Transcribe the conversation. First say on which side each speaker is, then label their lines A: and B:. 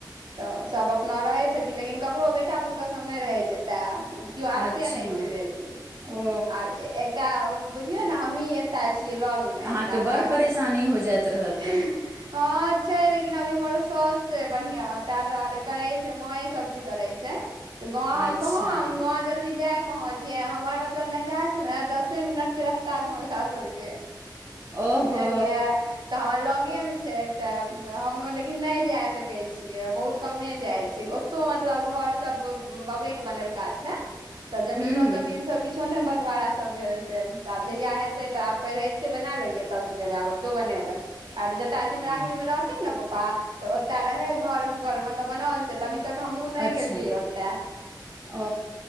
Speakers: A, on the right (about 70°); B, on the right (about 35°).
A: तऽ सभ अपना रहै छथिन, लेकिन ककरो बेटा पुतहु सब नई रहै छै ते किओ आबते
B: अच्छा
A: नई छै बेसी,
B: ओ
A: आब एक त बुझियौ ने हमही एक्टा छियै लग मे।
B: अहाँके
A: <unintelligible>
B: बड़ परेशानी हो जाइत रहल तऽ
A: हां छै लेकिन अभी हमर ओ सौस छै बढ़िया टागा आर करै छै मुँहे सब चीज करै छै। तऽ गांव
B: अच्छा
A: हम कहां, गाँव गेल कि जाय कंहां छियै, हमर मतलब नहिरा से ने दसे मिनट के रस्ता छै हमर सासुर के।
B: ओहो
A: बुझलियै तऽ हमर लगे मे छै तऽ, हम लेकिन नई जा सकै छी। छियै बहुत कमे जाइ छियै, ओतहु मतलब घर सब बबे के बनेलका छैन। तऽ जमीनो
B: हूँ हूँ
A: तमीनो
B: हूँ
A: सब कि किछो ने बंटवारा सब भेल छै त आब जहिया हेतै तऽ आब पहिले एतै बना लेलियै तब सोचबै आब ओतौ बनेबै आब जतऽ सिमराही
B: ओ
A: मे रहथिन ने पप्पा तऽ ओतऽ रहै घर हुनकर, मतलब बनाओल छै त अभी तक हमहूँ नहि
B: अच्छा
A: गेलियै ओते।
B: ओ,